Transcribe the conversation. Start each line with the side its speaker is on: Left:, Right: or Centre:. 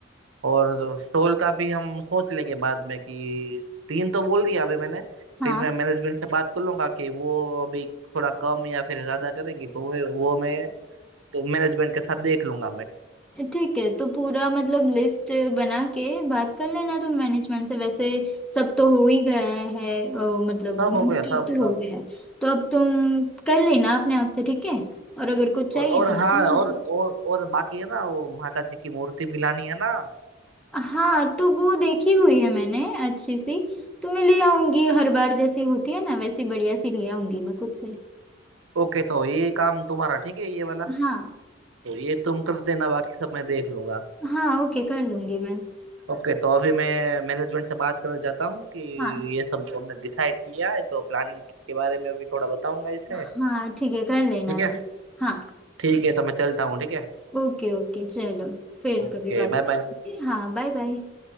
Right: और स्टॉल का भी हम सोच लेंगे बाद में कि तीन तो बोल दिया अभी मैंने
Centre: हाँ
Right: फिर मैं मैनेजमेंट से बात कर लूंगा कि वो अभी थोड़ा कम या फिर ज्यादा करेंगी तो वो वो मैं तो मैनेजमेंट के साथ देख लूंगा मैं
Centre: ठीक है तो पूरा मतलब लिस्ट बना के बात कर लेना तुम मैनेजमेंट से वैसे सब तो हो ही गया है अ, मतलब
Right: सब हो
Centre: मोस्ट
Right: गया सब
Centre: ऑफ तो हो
Right: सब
Centre: गया है तो अब तुम कर लेना अपने आप से ठीक है और अगर कुछ चाहिए
Right: और और
Centre: तो
Right: हाँ
Centre: बता लेना।
Right: और और और बाकी है ना वो माता जी की मूर्ति भी लानी है ना
Centre: हाँ तो वो देखी हुई है मैंने अच्छी सी तो मैं ले आऊंगी हर बार जैसी होती है ना वैसी बढ़िया सी ले आऊंगी मैं खुद से
Right: ओके तो ये काम तुम्हारा ठीक है ये वाला
Centre: हाँ
Right: तो ये तुम कर देना बाकी सब मैं देख लूंगा
Centre: हाँ ओके कर लूंगी मैं
Right: ओके तो अभी मैं मैनेजमेंट से बात करने जाता हूँ कि
Centre: हाँ
Right: ये सब हमने डिसाइड किया है तो प्लानिंग के बारे में भी थोड़ा बताऊंगा इसे
Centre: हाँ ठीक है कर लेना
Right: ठीक है
Centre: तू हाँ
Right: ठीक है तो मैं चलता हूँ ठीक है
Centre: ओके ओके चलो फिर
Right: Okay
Centre: कभी बात
Right: bye
Centre: करते
Right: bye
Centre: हैं। हाँ बाय बाय